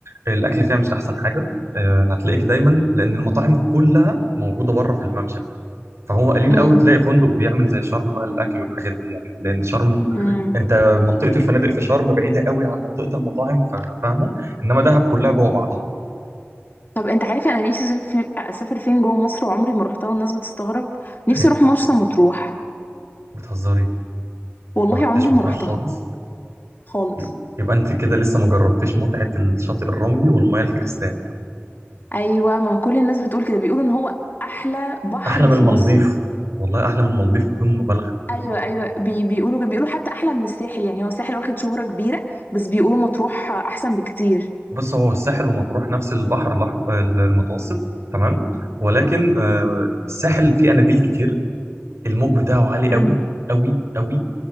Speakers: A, on the right (about 85°); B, on the left (about 45°).
A: الاكل فيها مش احسن حاجه آه، هتلاقيك دايما لان المطاعم كلها موجوده بره في الممشى فهو قليل
B: امم
A: قوي تلاقي فندق بيعمل زي شرم بقى الاكل والحاجات دي يعني لان شرم
B: امم
A: انت منطقه الفنادق في شرم بعيده قوي عن منطقه المطاعم ف- فاهمه انما دهب كلها جوه بعضها
B: طب أنت عارف أنا نفسي أسافر فين أسافر فين جوه مصر وعمري ما روحتها والناس بتستغرب
A: فين
B: نفسي أروح مرسى مطروح
A: بتهزري
B: والله
A: ما رحتش
B: عمري
A: مطروح
B: ما روحتها
A: خالص
B: خالص
A: يب- يبقى انت كده لسه ما جربتيش متعه الشاطئ الرملي والمياه الكريستال
B: أيوة ما كل الناس بتقول كده بيقولوا إن هو أحلى بحر
A: احلى من
B: في
A: المالديف
B: مصر
A: والله احلى من المالديف بدون مبالغه
B: ايوه ايوه بي بيقولوا بيقولوا حتى احلى من الساحل يعني هو الساحل واخد شهرة كبيرة بس بيقولوا مطروح احسن بكتير
A: بص هو الساحل ومطروح نفس البحر الأحمر المتوسط تمام ولكن آه، الساحل فيه اناديل كتير الموج بتاعه عالي قوي
B: امم
A: قوي قوي